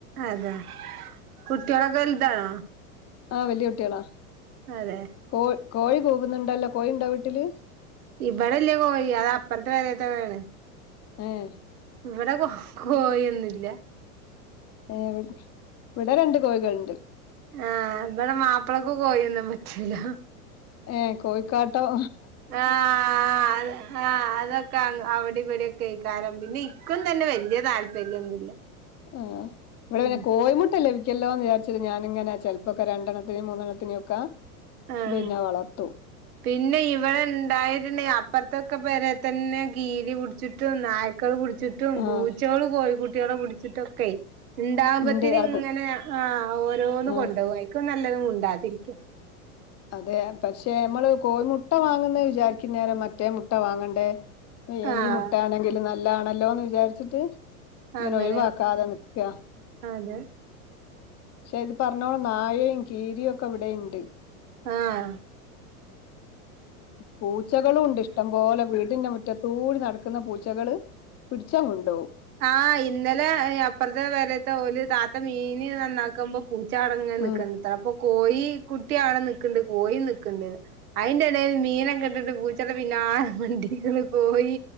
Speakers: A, on the right; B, on the left.
A: അതെ കുട്ടികളൊക്കെ വലുതാണോ
B: ആഹ് വെല്യ കുട്ടികളാ
A: അതെ
B: കോ കോഴി കൂവ്ന്നണ്ടല്ലോ കോഴി ഇണ്ടോ വീട്ട്ല്
A: ഇബടെല്ല്യ കോഴി അത് അപ്പർത്തെ പെരേത്തതാണ്
B: ഏഹ്
A: ഇവടെ കോ കോഴി ഒന്നുല്ല്യാ
B: ഏഹ് വ്ട് വ്ടെ രണ്ട് കോഴികള്ണ്ട്
A: ആഹ് ഇവടെ മാപ്ലക്ക് കോഴിഒന്നും പറ്റൂല
B: ഏഹ് കോഴികാട്ടം
A: ആഹ് ആഹ് അത് ആഹ് അതൊക്കെ അങ്ങ് അവ്ടിം ഇവടിം ഒക്കെയ്ക്കാരം പിന്നെ ഇ ക്കും തന്നെ വെല്ല്യെ താല്പര്യൊന്നുല്ല
B: ആഹ് ഇവടെ
A: ഉം
B: പിന്നെ കോഴമുട്ടല്ലെഹ് പി ക്ക്യല്ലോന്ന് വിചാരിച്ച് ഞാനിങ്ങനെ ചെലപ്പൊക്കെ രണ്ടെണ്ണത്തിനും മൂന്നെണ്ണനും ഒക്കെ
A: ആഹ്
B: പിന്നെ വളർത്തും
A: പിന്നെ ഇവടെ ഇണ്ടായിര്ന്നെ അപ്പർത്തൊക്കെ പെരെ തന്നെ ഗീരി പുട്ച്ച്ട്ടും നായി ക്കള് പുട്ച്ച്ട്ടും
B: ആഹ്
A: പൂച്ചേള് കോഴി കുട്ട്യാളെ പുട്ച്ച്ട്ടൊക്കെയ് ഇണ്ടാവുമ്പത്തിന്
B: ഉണ്ട് അത്
A: ഇങ്ങനെ ആഹ് ഓരോന്ന്
B: ആഹ്
A: കൊണ്ടോവും അയ്ക്കും നല്ലതു മുണ്ടാതിരിക്ക
B: അതെ പക്ഷെ അമ്മള് കോഴിമുട്ട വാങ്ങുന്നെ വിചാരിക്കും നേരം മറ്റേ മുട്ട വാങ്ങണ്ടേ അപ്പഴേ
A: ആഹ്
B: ഈ മുട്ട ആണെങ്കില് നല്ലാണല്ലോന്ന് വിചാരിച്ചിട്ട് ഇങ്ങനെ
A: അങ്ങനെ
B: ഒഴിവാക്കാതെ നിക്കാ
A: അതെ
B: പക്ഷെ ഇത് പറഞ്ഞോളം നായെയും കീരിയും ഒക്കെ ഇവ്ടെ ഇണ്ട്
A: ആഹ്
B: പൂച്ചകളും ഉണ്ട് ഇഷ്ടം പോലെ വീട്ന്റെ മുറ്റത്തൂടി നടക്ക്ന്ന പൂച്ചകള് പിടിച്ചാണ് കൊണ്ടോവും
A: ആഹ് ഇന്നലെ എഹ് അപ്പർത്തെ പെരേത്തെ ഓല് താത്ത മീന് നന്നാക്കുമ്പൊ പൂച്ചാടങ്ങനെ നിക്ക്ണ്ട്
B: ഉം
A: ത്രേ അപ്പൊ കോഴി കുട്ടി ആടെ നിക്ക്ണ്ട് കോഴിയും നിക്ക്ണ്ടെലാ അയ്ന്റെ എടേല് മീനൊക്കെ ഇട്ടിട്ട് പൂച്ചന്റെ പിന്നാലെ മണ്ടീക്ക്ണ് കോഴി